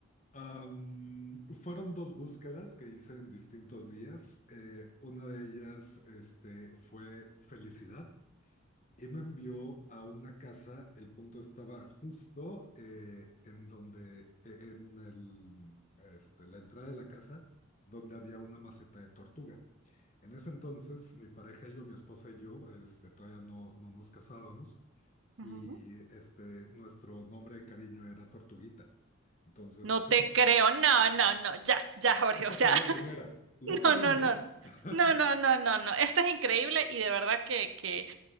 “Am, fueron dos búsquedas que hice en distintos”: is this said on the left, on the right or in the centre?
Left